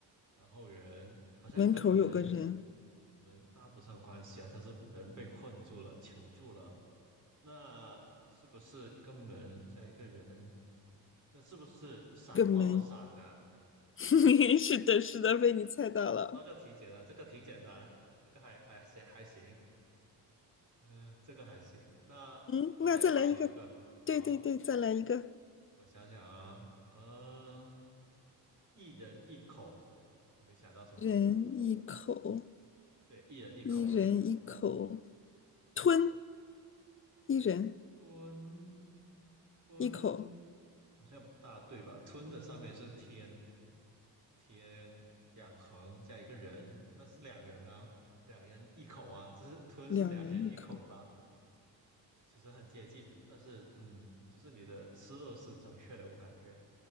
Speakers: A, on the right; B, on the left.
A: 然后人好像跟门
B: 门口有个人，
A: 门搭不上关系啊，他是人被困住了，囚住了，那是不是一个门加一个人？那是不是闪光的闪呢、
B: 一个门，<laughs> 是的，是的，被你猜到了。
A: 哦，那个挺简单，这个挺简单，这个还还行还行，嗯、这个还行。那我再考你一个，
B: 嗯，那再来一个，
A: 好，
B: 对对对，再来一个，
A: 我想想啊，呃，一人一口，你会想到什么？
B: 人一口，
A: 对，一人一口，
B: 一人一口，吞，一人
A: <laughs> 吞吞，
B: 一口，
A: 好像不大对吧？吞的上面是天，天两横加一个人，那是两人呢？两人一口啊，这是吞是两人一口吧？
B: 两人一口，
A: 其实很接近，但是嗯，就是你的思路是正确的，我感觉。